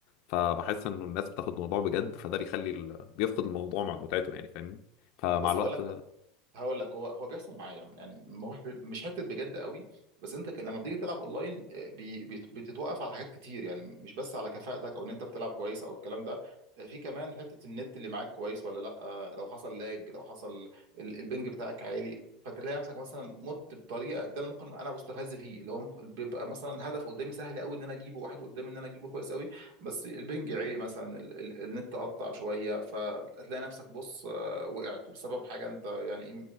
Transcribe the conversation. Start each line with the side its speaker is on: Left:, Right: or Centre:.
Left: فبحس انه الناس بتاخد الموضوع بجد فده بيخلي ال... بيفقد الموضوع مع- متعته يعني فاهمني فمع
Right: بص
Left: الوقت
Right: هقول لك هقول لك هو هو بيحصل معايا يعني ما هو مش حته بجد قوي بس انت ك- لما بتيجي تلعب اونلاين آه، بي- بت- بتتوقف على حاجات كتير يعني مش بس على كفاءتك او ان انت بتلعب كويس او الكلام ده آه، في كمان حته النت اللي معاك كويس ولا لا آه، لو حصل لاج لو حصل ال- البنج بتاعك عالي فتلاقي نفسك مثلا مت بطريقه ده اللي ممكن انا بستفز فيه اللي هو ممكن بيبقى مثلا هدف قدامي سهل قوي ان انا اجيبه واحد قدامي ان انا اجيبه كويس قوي بس البنج عالي مثلا ال- ال- النت قطع شويه فتلاقي نفسك بص وقعت بسبب حاجه انت يعني ايه